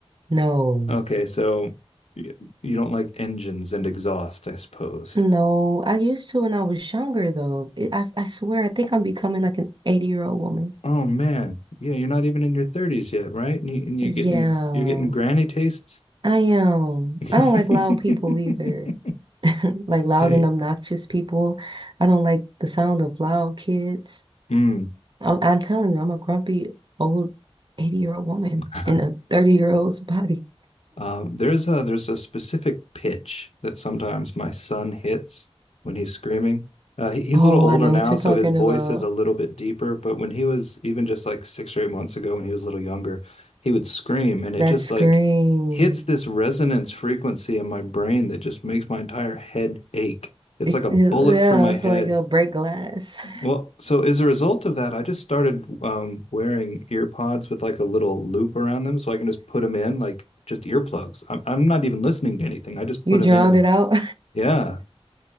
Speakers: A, on the right (about 50°); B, on the left (about 80°).
A: No.
B: Okay, so y- you don't like engines and exhaust, I suppose.
A: No, I used to when I was younger though. It, I I swear I think I'm becoming like an 80-year-old woman.
B: Oh man, yeah, you're not even in your 30s yet, right? And, you, and you're
A: Yeah,
B: getting you're getting granny tastes.
A: I am.
B: <laughs>
A: I don't like loud people either. <laughs> Like loud
B: Hey,
A: and obnoxious people. I don't like the sound of loud kids.
B: mm.
A: I'm, I'm telling you, I'm a grumpy old 80-year-old woman
B: <laughs>
A: in a 30-year-old's body.
B: Um, there's a there's a specific pitch that sometimes my son hits when he's screaming. Uh, he, he's
A: Oh,
B: a little older
A: I know
B: now,
A: what you're
B: so
A: talking
B: his voice
A: about.
B: is a little bit deeper. But when he was even just like six or eight months ago, when he was a little younger, he would scream, and it
A: That
B: just
A: scream.
B: like hits this resonance frequency in my brain that just makes my entire head ache. It's
A: It,
B: like a
A: it-
B: bullet
A: yeah,
B: through my
A: it's
B: head
A: like a break glass. <laughs>
B: well, so as a result of that, I just started um, wearing ear pods with like a little loop around them so I can just put them in, like just earplugs. I'm, I'm not even listening to anything. I just
A: You
B: put them
A: drowned
B: in.
A: it out.
B: Yeah.